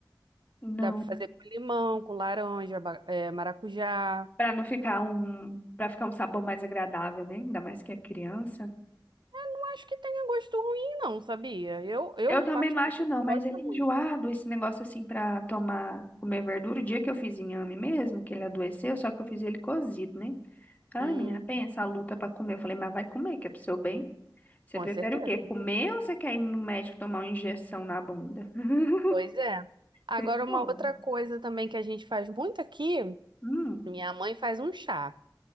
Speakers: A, on the left; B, on the right.
A: não.
B: Dá pra fazer com limão, com laranja, ba- é, maracujá.
A: Pra não ficar um, para ficar um sabor mais agradável, né? Ainda mais que é criança.
B: Não acho que tenha gosto ruim, não, sabia? Eu, eu
A: Eu também
B: particularmente
A: não acho não, mas
B: gosto
A: ele é
B: muito.
A: enjoado esse negócio assim pra tomar, comer verdura. O dia que eu fiz inhame mesmo, que ele adoeceu, só que eu fiz ele cozido, né? Ai,
B: Hum,
A: menina, pensa a luta pra comer. Eu falei, mas vai comer, que é pro seu bem. Você
B: com
A: prefere
B: certeza.
A: o quê? Comer ou você quer ir no médico tomar uma injeção na bunda? <laughs>
B: Pois é. Agora,
A: Você escolhe.
B: uma outra coisa também que a gente faz muito aqui,
A: Hum,
B: minha mãe faz um chá.